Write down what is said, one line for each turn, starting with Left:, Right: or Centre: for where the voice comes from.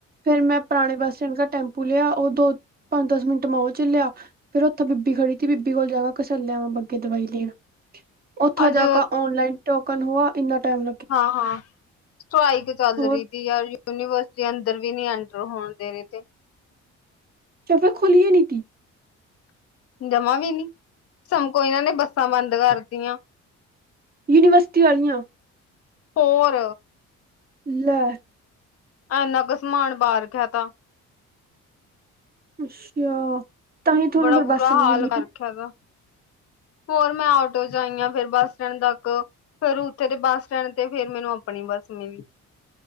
Right: ਫੇਰ ਮੈਂ ਪੁਰਾਣੇ ਬੱਸ ਸਟੈਂਡ ਕ ਟੈਂਪੂ ਲਿਆ ਉ ਦੋ ਪੰਜ ਦਸ ਮਿੰਟ ਮੈਂ ਉ ਚੱਲਿਆ। ਫੇਰ ੳਥੇ ਬੀਬੀ ਖੜੀ ਤੀ ਬੀਬੀ ਕੋਲ ਜਾਵਾ, ਕਸੱਲਿਆ ਵਾਂ ਬਾਗੇ ਦਵਾਈ ਲੈਣ। ਉਥਾ
Left: ਅੱਜ
Right: ਜਾ ਕੇ ਔਨਲਾਈਨ ਟੋਕਨ ਹੋਆ ਇਨਾ ਟੈਮ
Left: ਹਾਂ- ਹਾਂ, ਸਵਾ ਈਕ ਚੱਲ
Right: ਹੋਰ।
Left: ਰੀ। ਯਾਰ, ਯੂਨੀਵਰਸਿਟੀ ਅੰਦਰ ਵੀ ਨੀ ਐਂਟਰ ਹੋਨ ਦੇ ਰਏ ਤੇ।
Right: ਤ ਫੇਰ ਖੁਲੀਏ ਨੀ ਤੀ।
Left: ਜਮਾਂ ਵੀ ਨੀ, ਸ਼ਾਮ ਕੋੋ ਇਨਾਂ ਨੇ ਬੱਸਾਂ ਬੰਦ ਕਰਤੀਆਂ।
Right: ਯੂਨੀਵਰਸਿਟੀ ਵਾਲੀਆਂ।
Left: ਹੋਰ।
Right: ਲੈ।
Left: ਐਨਾ ਕੁ ਸਮਾਨ ਬਾਰ ਰਖੇਆ ਤਾ।
Right: ਅੱਛਾ, ਤਾਂਹੀ ਤੁਹਾਨੂੰ
Left: ਬੜਾ
Right: ਫੇਰ
Left: ਬੁਰਾ
Right: ਬੱਸ ਨੀ
Left: ਹਾਲ
Right: ਮਿਲੀ।
Left: ਕਰ
Right: ਹੈ।
Left: ਹੋਰ, ਮੈਂ ਆਟੋ ਚ ਆਈ ਆ ਫੇਰ ਬੱਸ ਸਟੈਂਡ ਤੱਕ। ਫੇਰ ਉੱਥੇ ਦੇ ਬੱਸ ਸਟੈਂਡ ਤੇ ਫੇਰ ਮੈਨੂੰ ਆਪਣੀ ਬੱਸ ਮਿਲੀ।